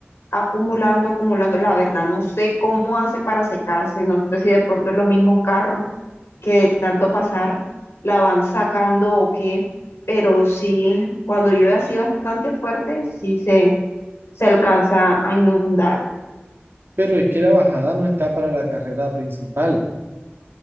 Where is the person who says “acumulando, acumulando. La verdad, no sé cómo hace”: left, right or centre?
Left